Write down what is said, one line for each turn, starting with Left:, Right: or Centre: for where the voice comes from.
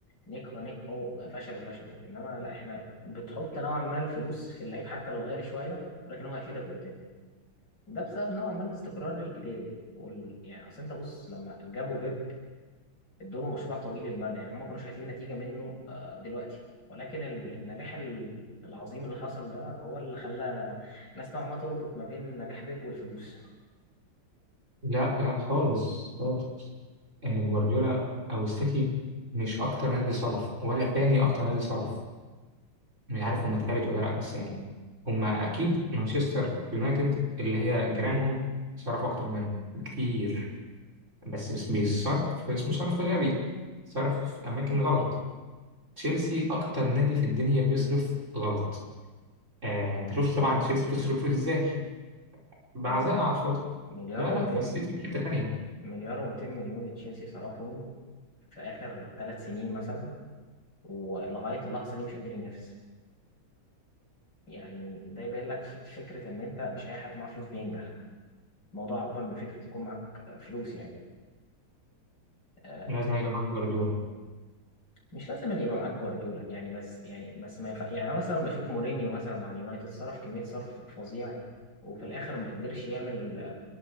Left: نجحوا نجحوا فشلوا فشلوا انما لا احنا بتحط نوعا ما الفلوس في اللعيب حتى لو غالي شوية ولكن هو هيفيدك قدام ده بسبب نوعا ما الاستقرار الإداري وال... يعني اصل انت بص لما جابوا بيب ادوا له مشروع طويل المدى يعني هم ما كانوش عايزين نتيجة منه آه، دلوقتي ولكن ال- النجاح ال- العظيم اللي حصل ده هو اللي خلى الناس نوعا ما تربط ما بين نجاح بيب والفلوس
Right: لا لا خالص خالص آه، جوارديولا أو السيتي مش أكتر نادي صرف ولا تاني أكتر نادي صرف مش عارف هما تالت ولا لأ بس يعني هما أكيد مانشستر يونايتد اللي هي جيرانهم صرف أكتر منهم بكتير بس اس- بيصرف اسمه صرف غبي صرف في أماكن غلط تشيلسي أكتر نادي في الدنيا بيصرف غلط آه أنت شفت طبعا تشيلسي بتصرف فلوس إزاي بعزاء
Left: مل-
Right: على الفاضي
Left: مليار
Right: لا
Left: و200
Right: لا فالسيتي في حتة تانية
Left: مليار و200 مليون تشيلسي صرفهم في آخر ثلاث سنين مثلا ولغاية اللحظة دي مش قادر ينافس يعني ده يبين لك ف- فكرة إن أنت مش أي حد معاه فلوس بينجح الموضوع أكبر من فكرة يكون معاك فلوس يعني آه،
Right: لازم يبقى معاك جوارديولا
Left: مش لازم أن يبقى معاك جوارديولا يعني بس يعني بس ما ينفع يعني أنا مثلا بشوف مورينيو مثلا مع اليونايتد صرف كمية صرف فظيع وفي الآخر ما قدرش يعمل